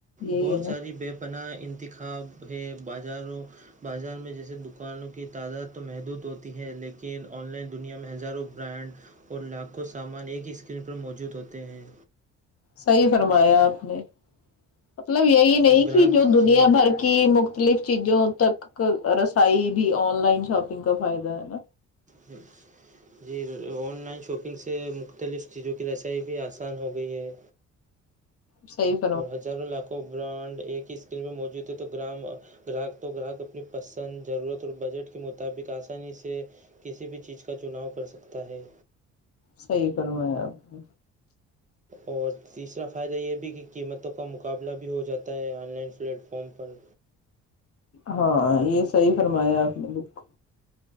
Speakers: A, on the left (about 50°); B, on the right (about 25°).
A: یہی
B: بہت
A: ہے نا
B: ساری بیب پناہ انتخاب ہے بازاروں بازار میں جیسے دکانوں کی تعداد تو محدود ہوتی ہے لیکن آن لائن دنیا میں ہزاروں برانڈ اور لاکھوں سامان ایک ہی اسکرین پر موجود ہوتے ہیں
A: صحیح فرمایا آپ نے مطلب یہی نہیں
B: تو گراہک
A: کہ جو دنیا
B: جی
A: بھر کے کہ مختلف چیزوں تک رسائی بھی آن لائن شاپنگ کا فائدہ ہے نا
B: ہوں <unintelligible> <unintelligible> جی آن لائن شاپنگ سے مختلف چیزوں کی رسائی بھی آسان ہو گئی ہے
A: صیف <inaudible> <unintelligible>
B: اور ہزاروں لاکھوں برانڈ ایک ہی اسکرین پہ موجود تھے تو گرام گراہک تو گراہک اپنی پسند ضرورت اور بجٹ کے مطابق آسانی سے کسی بھی چیز کا چناؤ کر سکتا ہے
A: صحیح کروں میں آپ
B: اور تیسرا فائدہ یہ بھی کہ قیمتوں کا مقابلہ بھی ہو جاتا ہے آن لائن پلیٹ فارم پر
A: ہاں یہ صحیح فرمایا آپ نے بک کو